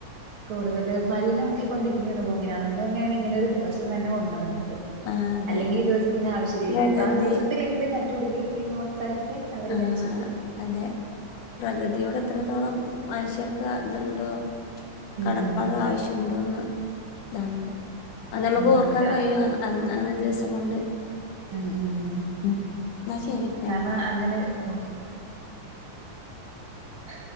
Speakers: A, on the right; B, on the left.
A: കൂടുതല് മലിന ആക്കി കൊണ്ടിരിക്കാണ് ഭൂമിനെ അതുകൊണ്ട് തന്നെയാണ് ഇങ്ങനെ ഒരു ദിവസം തന്നെ കൊണ്ടുവന്നത്
B: ആ അതെ
A: അല്ലെങ്കി ഈ ദിവസത്തിന് ആവശ്യമല്ലോ
B: പ്രകൃതി
A: അപ്പ ആ ദിവസ ത്തിലെങ്കിലും നാട്ട്പിടിപ്പിക്കട്ടെ എന്നോർത്തായിരിക്കും അവര്
B: ആ
A: വെച്ചത്
B: അതെ പ്രകൃതിയോട് എത്രത്തോളം മനുഷ്യർക്ക് ഇത് ണ്ടോ
A: ഉം
B: കടപ്പാടും ആവശ്യം ഉണ്ടോന്ന് ഇതാവ്ന്ന് അത് നമ്മുക്ക്
A: ആ
B: ഓർക്കാൻ
A: അതാ
B: കഴിയുവാന്ന് അങ്ങനെ ഒരു ദിവസം കൊണ്ട്
A: ഉം ഉം
B: എന്നാ ശരിട്ടാ
A: കാരണം അങ്ങനെ ഒക്കെ ആ